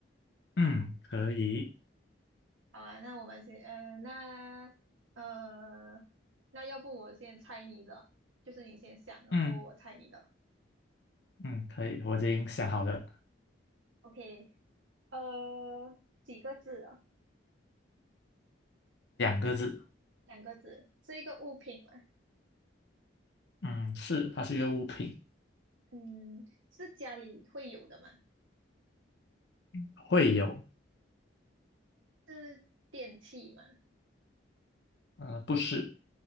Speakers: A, on the left; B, on the right.
A: 嗯可以，
B: 好啊，那我们先呃那呃那要不我先猜你的，就是你先想，然后我猜你的。
A: 嗯嗯可以，我已经想好了，
B: OK，呃，几个字啊？
A: 两个字，
B: 两个字，是一个物品吗？
A: 嗯是，它是一个物品，
B: 嗯，是家里会有的吗？
A: 会有，
B: 是电器吗？
A: 呃，不是，